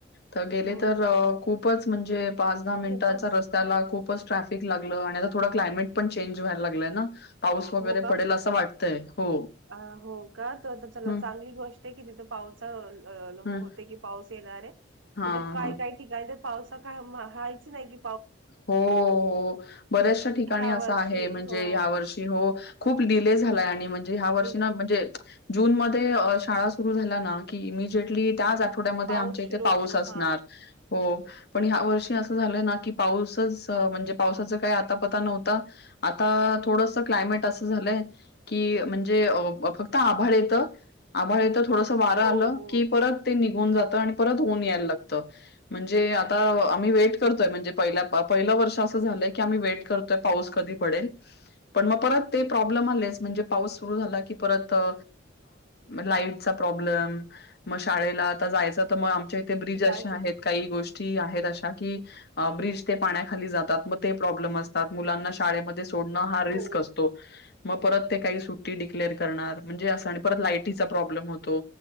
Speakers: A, on the left; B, on the right.
A: तर गेले
B: हो
A: तर खूपच म्हणजे पाच दहा मिनिटाच्या
B: खूपच
A: रस्त्याला खूपच ट्रॅफिक लागलं आणि आता थोडं क्लायमेट पण चेंज व्हायला लागलंय ना पाऊस वगैरे
B: हो का
A: पडेल असं वाटतंय हो
B: अ हो का तर चला
A: ह
B: चांगली गोष्ट आहे कि तिथे पाऊस चालू
A: ह
B: होतोयकी पाऊस येणार आहे
A: हा
B: काय
A: हा
B: काय ठिकाणी तर पावसा कायहाायचं नाही कि
A: हो हो बऱ्याचशा ठिकाणी
B: ह्या
A: असं
B: वर्षी
A: आहे म्हणजे
B: हो
A: या वर्षी हो खूप डिले झालाय आणि म्हणजे ह्या वर्षी
B: दे
A: ना म्हणजे जून मध्ये शाळा सुरू झाला ना की इमिजिएटली त्या थोडा मध्ये
B: पाऊस
A: आमच्या इथे
B: सुरू
A: पाऊस
B: होतो
A: असणार
B: हा
A: हो पण ह्या वर्षी असं झालंय ना की पाऊसच म्हणजे पावसाच काही आतापता नव्हता आता थोडस क्लायमेट असं झालंय की म्हणजे फक्त आभाळ येत आभाळ येत थोडस वारं
B: हो
A: आलं
B: हो
A: की परत
B: हो
A: ते निघून जात आणि परत ऊन यायला लागत म्हणजे आता आम्ही वेट करतोय म्हणजे प पहिलं वर्ष असं झालंय की आम्ही वेट करतोय पाऊस कधी पडेल पण मग परत ते प्रॉब्लेम आलेच म्हणजे पाऊस सुरु झाला की परत अ लाईटचा प्रॉब्लेम मग शाळेला आता जायच तर मग आमच्या इथे ब्रिज अशे
B: जायचं
A: आहेत काही गोष्टी आहेत अशा कि ब्रिज ते पाण्याखाली जातात मग ते प्रॉब्लेम असतात मुलांना शाळेमध्ये सोडणं हा रिस्क
B: हो
A: असतो मग परत ते काही सुट्टी डिक्लेअर करणार म्हणजे असं आणि परत लायटीचा प्रॉब्लेम होतो